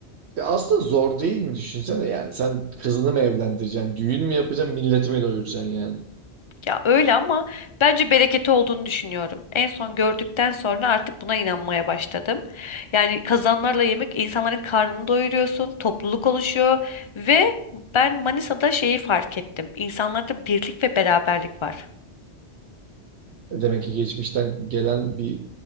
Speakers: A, on the right; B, on the left.
A: ya aslında zor değil mi düşünsene yani sen kızını mı evlendireceksin, düğün mü yapacaksın, milleti mi doyuracaksın yani.
B: Ya öyle ama bence bereketi olduğunu düşünüyorum. En son gördükten sonra artık buna inanmaya başladım. Yani kazanlarla yemek insanların karnını doyuruyorsun, topluluk oluşuyor ve ben Manisa'da şeyi fark ettim. İnsanlarda birlik ve beraberlik var.
A: E Demek ki geçmişten gelen bir